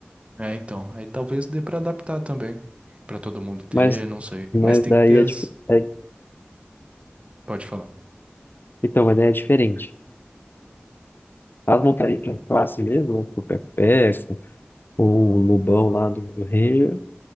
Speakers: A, on the right (about 30°); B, on the left (about 55°).
A: É, então. Aí talvez dê pra adaptar também. Pra todo mundo ter,
B: Mas,
A: não sei.
B: mas
A: Mas tem
B: daí
A: que ter as.
B: é, dif- é.
A: Pode falar.
B: Então, mas daí é diferente. As montarias pra classe mesmo, né? Tipo, Peco-Peco. o Lobão lá do, do Ranger,